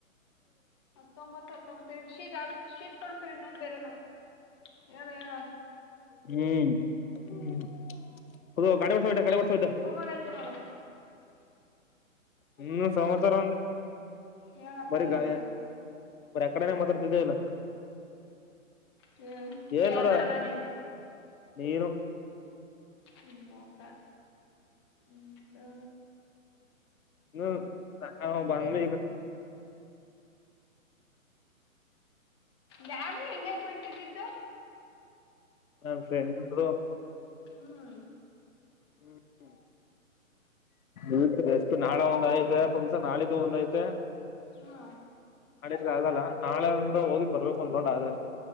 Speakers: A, on the left; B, on the left.
A: ಹತ್ತೊಂಬತ್ತು ಹತ್ತೊಂಬತ್ತ ಶೀಟಲ್ ಶೀಟ್ ಕೊಡ್ಸರಿ ಇನ್ನೊಂದ್ ಬೇರೆದು ಹೇಳ ಹೇಳ
B: ಹ್ಮ್ ಹ್ಮ್ ಅದು ಗಾಡಿ ಮಾಡಡ್ಸ ಬಿಟ್ಟಾ ಗಾಡಿ ಮಾಡಡ್ಸ ಬಿಾ <unintelligible>
A: ರೂಮ್ ಅಲ್ಲಯಿತೇ ನೋಡು
B: ಹ್ಮ್ ಸಂವಸರ ಅಂದ
A: ಹೇಳಪ್ಪ
B: ಬರಿ
A: ಹೇಳು
B: ಗಾಯ ಬರಿ ಅ ಕಡೆನೆ ಮಾತಾಡತಾ ಇದಿ ಅಲಾ
A: ಹ್ಮ್
B: ಏನ್
A: ಯಾರ್
B: ನೋಡ
A: ನಾನಾ ನಿನ
B: ನೀನು
A: ಹ್ಮ್ ಓಕೆ ಒಂದು
B: ಹ ಹಾ ಬ <unintelligible>
A: ಯಾರದು ಎಂಗೇಜ್ಮೆಂಟ್ ಇದ್ದಿದ್ದು
B: ನನ್ ಫ್ರೆಂಡ್ ದು
A: ಹ್ಮ್
B: ಹ್ಮ್ಮ್ ಇ ಎಷ್ಟು ನಾಳೆ ಒಂದ್ ಐತೇ ಫುನ್ಕ್ಷನ್ ನಾಳಿದ್ದು ಒಂದ ಐತೇ
A: ಹಾ
B: ನಾಡಿದ್ ಆಗಲ್ಲ ನಾಳೆ ಒಂದು ಹೋಗೀ ಬರ್ಬೇಕು ಒಂದ್ರೌಂಡ್ ಆದ್ರೆ ಅಷ್ಟೆ